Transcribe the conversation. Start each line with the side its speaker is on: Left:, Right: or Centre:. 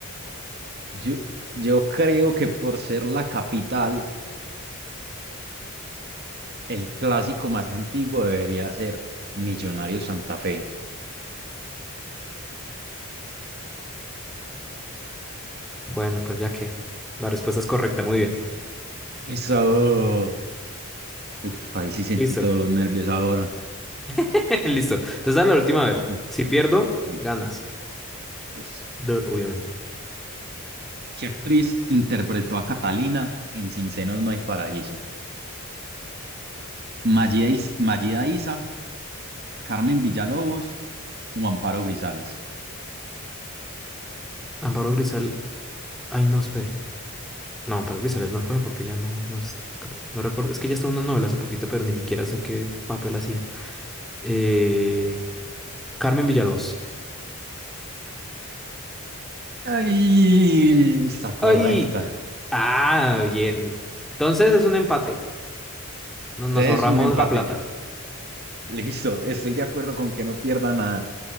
Right: yo, yo creo que por ser la capital. El clásico más antiguo debería ser Millonarios Santa Fe.
Centre: Bueno, pues ya que la respuesta es correcta. Muy bien.
Right: Eso. Uf, ahí sí sentí
Centre: Listo.
Right: todos los nervios ahora.
Centre: <laughs> Listo. Entonces, dale la última, a ver.
Right: Mm,
Centre: Si pierdo,
Right: listo,
Centre: ganas.
Right: listo.
Centre: De- obviamente.
Right: ¿Qué actriz interpretó a Catalina en Sin Senos No Hay Paraíso? Mayida, Is- Mayida Isa, Carmen Villalobos o Amparo Grisales.
Centre: Amparo Grisal. Ay, no, espere. No, Amparo Grisales no fue porque ya no, no, es- creo- no recuerdo. Es que ya estaba en una novela hace poquito, pero ni siquiera sé qué papel hacía. Eh, Carmen Villalobos.
Right: Ay, está correcta.
Centre: ¡Ay!
Right: <laughs>
Centre: Ah, bien. Entonces es un empate. No- Nos
Right: Este
Centre: ahorramos
Right: es un empate.
Centre: la plata.
Right: Listo, estoy de acuerdo con que no pierda nada.